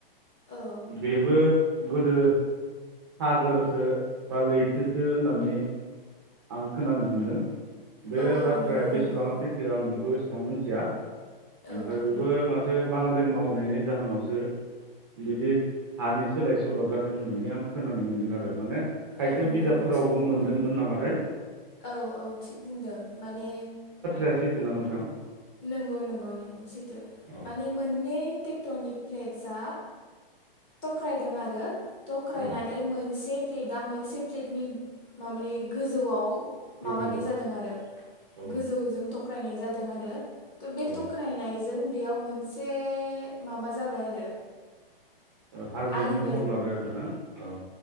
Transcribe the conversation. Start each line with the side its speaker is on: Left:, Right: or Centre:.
Left: औ
Right: बेबो गोदो सागोरसो बा लैथोसो होननानै आं खोनानो मोनदों बे
Left: औ औ
Right: बाथ्राया
Left: नंगौ
Right: बेसेबां
Left: नंगौ
Right: सैथो आं बेखौ नों मोनथिया?
Left: औ
Right: ओमफ्राय
Left: औ
Right: बेबो माथो बांग्रिं मावनायनि जाहोनावसो बिदि हानि सोलाय सोल'आ जादों होननानै आं खोनानो मोन्दों आरो माने खायसे
Left: औ
Right: बिजाबफोरावबो
Left: नंगौ थिग बुंदों
Right: मोनदोंमोन नामाथाय?
Left: औ औ थिग बुंदों माने
Right: सैथो ना नोंथां?
Left: नंगौ नंगौ नंगौ सैथो।
Right: औ
Left: माने मोननै टेक्टनिक प्लेटसआ तख्रायदों आरो। तख्रायनानै
Right: औ
Left: मोनसे प्लेटआ मोनसे प्लेटनि मा माने गोजौआव
Right: गोजौआव
Left: माबानाय जादों आरो
Right: औ
Left: गोजौजों तक्रायनाय जादों आरो। त' बे
Right: औ
Left: तक्रायनाय जों बेयाव मोनसे माबा जाबाय आरो।
Right: ओ हाजोनि
Left: आलि
Right: महर लाबाय आरोना औ।